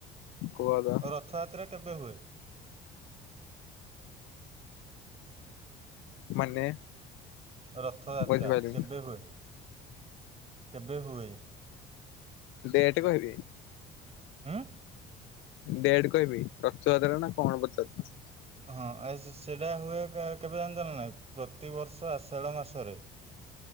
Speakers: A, on the left; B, on the right.
A: କୁହ ଏବେ?
B: ରଥଯାତ୍ରା କେବେ ହୁଏ?
A: ମାନେ?
B: ରଥଯାତ୍ରା
A: ବୁଝିପାରିଲିନି
B: କେବେ ହୁଏ କେବେ ହୁଏ?
A: ଡେଟ୍ କହିବି?
B: ହୁଁ।
A: ଡେଟ୍ କହିବି ରଥଯାତ୍ରା ନା କଣ ପଚାରୁଚ?
B: ହଁ ଆ ସେଇଟା ହୁଏ କେବେ ଜାଣିଚ ନା ନାହିଁ ପ୍ରତିବର୍ଷ ଆଷାଢ ମାସରେ।